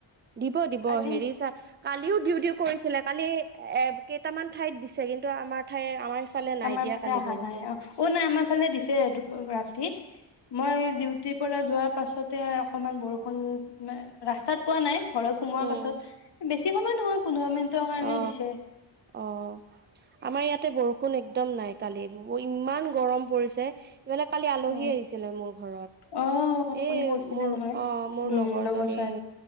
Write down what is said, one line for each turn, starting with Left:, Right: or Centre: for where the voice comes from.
Right: দিব দিব
Left: আজি
Right: হেৰি চা কালিও ডিউটি কৰিছিলে কালি এ কেইটামান ঠাইত দিছে কিন্তু আমাৰ ঠাই আমাৰ ইফালে নাই
Left: আমাৰ
Right: দিয়া
Left: ফালে
Right: কালি
Left: অহা
Right: বৰষুণ
Left: নাই অ অ নাই আমাৰ ফালে দিছে এইটো ৰাতি মই ডিউটিৰ পৰা যোৱা তাৰ পাছতে অকমান বৰষুণ ন ৰাস্তাত পোৱা নাই, ঘৰত সোমোৱাৰ
Right: উম
Left: পাছত বেছি সময় নহয়, পোন্ধৰ মিনিটৰ কাৰণে
Right: অ
Left: দিছে
Right: অ আমাৰ ইয়াত বৰষুণ একদম নাই কালি ইমান গৰম পৰিছে ইফালে কালি আলহী
Left: অ
Right: আহিছিলে মোৰ ঘৰত
Left: অ আপুনি
Right: এ
Left: কৈছিলে
Right: মোৰ
Left: নহয়
Right: অ মোৰ
Left: উম
Right: লগৰ জনী
Left: ছোৱালী